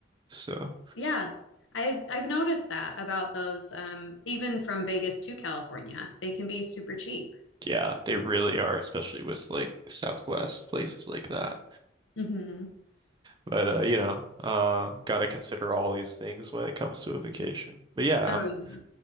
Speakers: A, on the right (about 25°); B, on the left (about 80°).
A: So,
B: Yeah, I I've noticed that about those um even from Vegas to California. They can be super cheap.
A: yeah, they really are, especially with like Southwest places like that.
B: hmm
A: But uh, you know, uh gotta consider all these things when it comes to a vacation. But yeah,
B: Oh,
A: um
B: yeah.